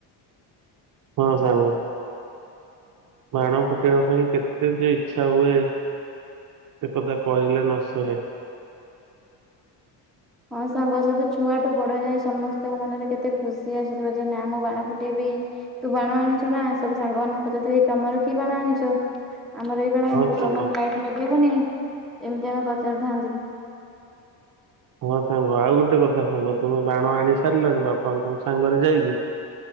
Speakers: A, on the right (about 45°); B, in the centre.
A: ହଁ ସାଙ୍ଗ। ବାଣ ଫୁଟେଇବା ପାଇଁ କେତେ ଯେ ଇଛା ହୁଏ। ସେ କଥା କହିଲେ ନସରେ।
B: ହଁ ସାଙ୍ଗ ସେତ ଛୁଆଠୁ ବଡ ଯାଏ ସମସ୍ତଙ୍କ ମନରେ କେତେ ଖୁସି ଆସିଥିବ ଯେ ନା ମୁଁ ବାଣ ଫୁଟେଇବି ତୁ ବାଣ ଆଣିଛୁ ନା ସବୁ ସାଙ୍ଗ ମାନଙ୍କୁ ପଚାରୁଥିବେ ତମର କି ବାଣ ଆଣିଛ? ଆମର ଏଇ ବାଣ
A: ହଁ
B: ଆଣିଛୁ
A: ସାଙ୍ଗ
B: ତମର ଲାଇଟ ଲଗେଇବନି ଏମିତି ଆମେ ପଚାରିଥାନ୍ତି।
A: ହଁ ସାଙ୍ଗ ଆଉ ଗୋଟେ କଥା ସାଙ୍ଗ ତୁମେ ବାଣ ଆଣି ସାରିଲଣି ବାପାଙ୍କୁ ସାଙ୍ଗରେ ଯାଇକି?